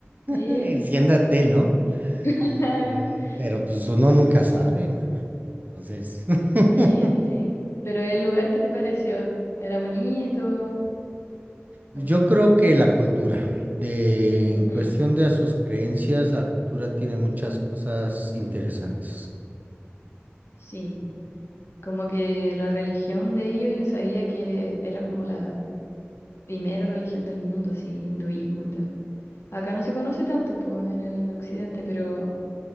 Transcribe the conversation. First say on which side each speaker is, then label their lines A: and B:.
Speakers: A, on the left; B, on the right.
A: Sí,
B: Enciéndate, ¿no?
A: <laughs>
B: Pero, pero, pues uno nunca sabe, mana. Entonces, <laughs>
A: sí, sí. Pero el lugar, ¿qué te pareció? ¿Era bonito?
B: yo
A: O-
B: creo que la cultura, de,
A: Ujú,
B: en cuestión de sus creencias, la cultura tiene muchas cosas interesantes.
A: Sí, como que la religión de ellos, yo sabía que era como la primera religión del mundo, así, hinduismo y todo. Acá no se conoce tanto, pues, en el occidente, pero